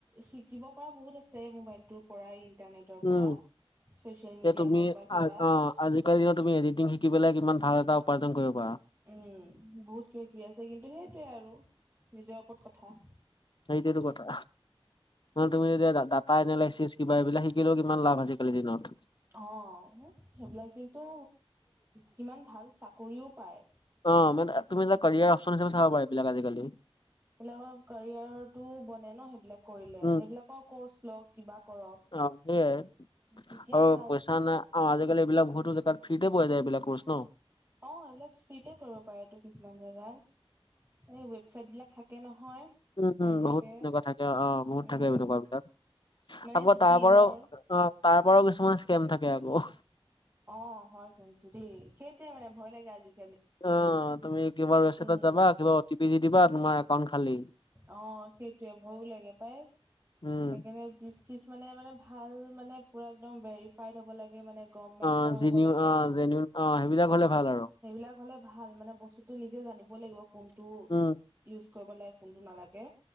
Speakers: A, on the right; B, on the left.
A: শিকিব পৰা বহুত আছে মোবাইলটোত', পৰাই ইণ্টাৰনেটৰ
B: উম
A: পৰা, ছচিয়েল
B: যে
A: মিডিয়া
B: তুমি
A: হওঁক বা কিবা',
B: অ আজিকালি দিনত তুমি এডিটিং শিকি পেলে কিমান ভাল এটা উপাৰ্জন কৰিব পাৰা',
A: উম', -উম', -উম', বহুত কিবা কি আছে কিন্তু সেইটোৱে আৰু নিজৰ ওপৰত কথা',
B: সেইটোৱে টো কথা, তুমি এতিয়া দাঁ'-দাঁত', ফাইনেলেচিছ কিবা এইবিলাক শিকিলেও কিমান লাভ আজিকালি দিনত',
A: অও', সেইবিলাক যিহেতু, কিমান ভাল চাকৰিও পায়',
B: অ', মানে তুমি কেৰিয়াৰ অপচন হিচাবে চাব পাৰিবা এইবিলাক আজিকালি',
A: এইবিলাকৰ কেৰিয়াৰ টো বনে ন সেইবিলাক', কৰিলে,
B: উম
A: সেইবিলাকৰ কোৰ্চ লওঁক কিবা কৰক,
B: অ', সেইয়াই
A: তেতিয়া
B: আৰু
A: ভাল',
B: পইচা নাই অ', আজিকালি এইবিলাক বহুতো জেগাত ফ্ৰীতে পোৱা যায় এইবিলাক কোৰ্চ ন',
A: অ', এইবিলাক ফ্ৰিতে কৰিব পাৰেটো কিছুমান জেগাত', এই ৱেবচাইট বিলাক থাকে নহয়',
B: উম', - উম',
A: আহি থাকে
B: বহুত তেনেকুৱা থাকে অ', বহুত
A: উম
B: থাকে এনেকুৱা বিলাক',
A: মানে
B: আকৌ
A: স্কিলৰ
B: তাৰপৰাও, অ', তাৰপৰাও কিছুমান স্কেম থাকে আকৌ',
A: অ', হয় কিন্তু দেই, সেইটোৱে মানে ভয় লাগে আজি',
B: অ', তুমি কিবা ৱেবচাইটত
A: উম
B: যাবা কিবা অ টি পি দি দিবা তোমাৰ একাউণ্ট খালি',
A: অ', সেইটোৱে ভয়ো লাগে পাই,
B: উম,
A: সেইকাৰণে যি', কিছুমানে, মানে ভাল মানে পুৰা একদম ভেৰিফাইড হ'ব লাগে মানে', গভমেন্টৰ
B: অ', জিনিউ
A: হ'ব লাগে,
B: অ', জেনিউ অ', সেইবিলাক
A: অ',
B: হ'লে ভাল আৰু।
A: সেইবিলাক হ'লে ভাল মানে বস্তুতটো নিজে জানিব লাগিব কোনটো
B: উম,
A: ইউজ কৰিব লাগে', কোনটো নালাগে,